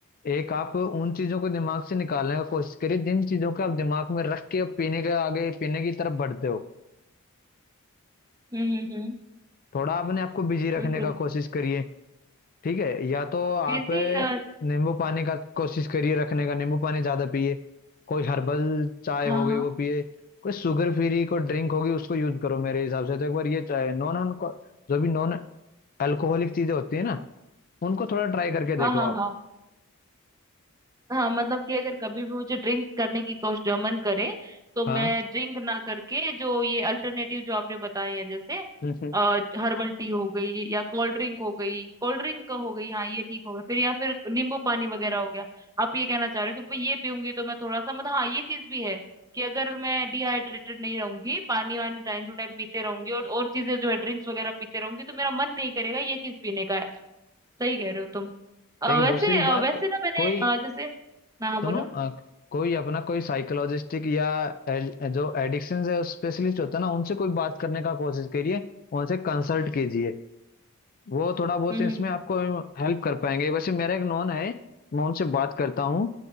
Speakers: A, on the left; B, on the right.
A: एक आप उन चीजों को दिमाग से निकालने का कोशिश करिए जिन चीजों को आप दिमाग में रख के अब पीने के आगे पीने की तरफ बढ़ते हो
B: हम्म हम्म हम्म
A: थोड़ा अपने आपको बिजी रखने
B: बिल्कुल
A: का कोशिश करिए ठीक है या तो आप
B: बिजी हाँ
A: नींबू पानी का कोशिश करिए रखने का नींबू पानी ज्यादा पिए कोई हर्बल चाय
B: हाँ
A: हो गई वो पिए कोई शुगर फ्री कोई ड्रिंक होगी उसको यूज करो मेरे हिसाब से तो एक बार ये चाय नॉन जो भी नॉन अल्कोहलिक चीजें होती है ना उनको थोड़ा ट्राई करके देखो
B: हाँ हाँ
A: आप
B: हाँ हाँ मतलब कि अगर कभी भी मुझे ड्रिंक करने की कोशिश मन करे तो मैं
A: हाँ
B: ड्रिंक ना करके जो ये अल्टरनेटिव जो आपने बताए हैं जैसे
A: हम्म हम्म,
B: हर्बल टी हो गई या कोल्ड ड्रिंक हो गई कोल्ड ड्रिंक का हो गई हाँ ये ठीक हो गया फिर या फिर नींबू पानी वगैरह हो गया आप ये कहना चाह रहे हो कि भाई ये पीऊंगी तो मैं थोड़ा सा मतलब हाँ ये चीज भी है कि अगर मैं डिहाइड्रेटेड नहीं रहूंगी पानी वानी टाइम टू टाइम पीते रहूंगी और और चीजें जो है ड्रिंक्स वगैरह पीते रहूंगी तो मेरा मन नहीं करेगा ये चीज पीने का है सही कह रहे हो तुम अ,
A: एक
B: वैसे
A: दूसरी
B: अ,
A: बात
B: वैसे ना मैंने
A: कोई
B: अ, जैसे ना हाँ
A: सुनो
B: बोलो
A: अ, कोई अपना कोई साइकोलॉजिस्टिक या एड- जो एडिक्शन से स्पेशलिस्ट होता है ना उनसे कोई बात करने का कोशिश करिए उनसे कंसल्ट कीजिए वो थोड़ा बहुत
B: हम्म
A: इसमें
B: हम्म,
A: आपको हेल्प कर पाएंगे वैसे मेरा एक नॉन है मैं उनसे बात करता हूँ